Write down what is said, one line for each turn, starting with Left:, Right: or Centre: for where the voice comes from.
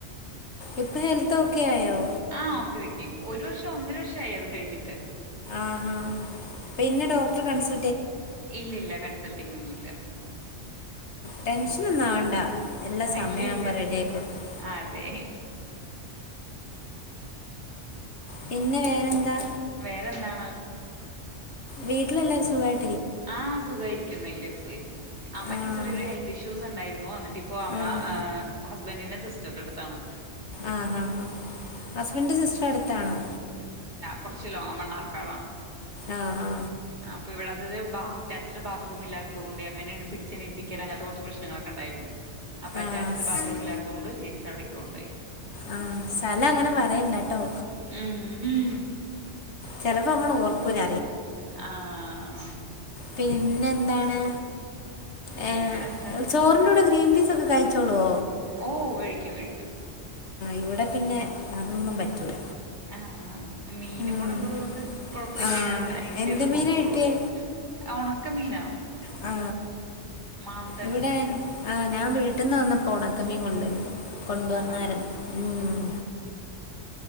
Left: ഇപ്പൊ ഹെൽത്ത് ഒക്കെ ആയോ.
Right: ആ ഓക്കെ ഓക്കെ ഒരു വർഷം ഒന്നര വർഷ ആയി അത് കഴിഞ്ഞിട്ട്.
Left: ആഹാ പിന്നെ ഡോക്ടർ കൺസ്.
Right: ഇല്ല ഇല്ല കൺസൾട്ടിങ് ഒന്നുല്ല.
Left: ടെൻഷൻ ഒന്നും എല്ലാ സമയം
Right: ഇല്ല
Left: ആവുമ്പോ
Right: ഇല്ല
Left: റെഡിആയിക്കോളും.
Right: അതെ
Left: പിന്നെ വേറെ എന്താ
Right: വേറെന്താണ്
Left: വീട്ടില എല്ലാരും സുഗായി.
Right: ആ സുഖായിരിക്കുന്നു. എല്ലേരി സുഖായിരിക്കുന്നു. അമ്മയ്ക്ക്
Left: ആഹ്
Right: ചെറിയൊരു ഹെൽത്ത് ഇഷ്യൂസ് ഉണ്ടായിരുന്നു ഇപ്പോ അമ്മാ
Left: ആഹ്
Right: ആ ഹസ്ബന്റിന്റെ സിസ്റ്ററിന്റെ അടുത്താണ്.
Left: ആ ആ ഹസ്ബൻഡ് സിസ്റ്റർ അടുത്താണോ?
Right: കുറച്ചിലോ മണ്ണാർക്കാടാണ്.
Left: ആ ആ
Right: ആ അപ്പോ ഇവിടത്തെത് അറ്റാച്ഡ് ബാത്റൂമിൽ ഇല്ലാത്തതുകൊണ്ട് എങ്ങനെണ് പിടിചനീൽപ്പിക്കല് അങ്ങനത്തെ ഒക്കെ പ്രശ്നങ്ങലൊക്കെയിണ്ട്. അപ്പൊ അറ്റാച്ച്ഡ്
Left: ആഹ് ആഹ്
Right: ബാത്റൂം ഇല്ലാത്തൊണ്ട് ചേച്ചിടേ അവിടേക്ക് കൊണ്ടുപോയി.
Left: ആ, സ്ഥലം അങ്ങനെ പറയണ്ടട്ടോ?
Right: ഉം ഉം
Left: ചെലപ്പോ നമ്മള് ഓർകൂല.
Right: ആ ആ
Left: പിന്നെ എന്താണ് ഏ
Right: വേറെന്താ
Left: ചോറിന്റെ കൂടെയൊക്കെ. കഴിച്ചോളോ
Right: ഓ കഴിക്കും കഴിക്കും.
Left: ഇവിടെ പിന്നെ അതൊന്നും പറ്റൂല.
Right: ആ. ആ മീനും
Left: ഉം.
Right: കൂടെ ഉള്ളത് കൊണ്ട് കൊഴപ്പില്ല.
Left: ആ
Right: അഡ്ജസ്റ്റ്
Left: എന്ത്
Right: ചെയ്ത്
Left: മീനാ
Right: പൊക്കോളും.
Left: കിട്ടിയേ
Right: ഉണക്കമീനോ
Left: ആ.
Right: മാന്തൽ
Left: ഇവിടെ ആ ഞാൻ വീട്ടിന്നു വന്നപ്പോ പൊണക്കമ്മീൻ കൊണ്ടുവരുന്നു. കൊണ്ടുവന്നായിരുന്നു
Right: ആഹ്
Left: ഉം.